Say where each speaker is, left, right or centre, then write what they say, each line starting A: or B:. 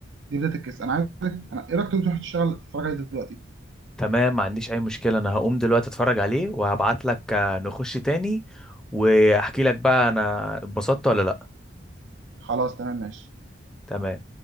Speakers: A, on the right; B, in the centre.
A: دي بدايه القصه انا عايزك انا ايه رايك تروح تشتغل تتفرج عليه دلوقتي
B: تمام ما عنديش اي مشكلة انا هقوم دلوقتي اتفرج عليه وهبعت لك آه، نخش تاني واحكي لك بقى انا اتبسطت ولا لا
A: خلاص تمام ماشي
B: تمام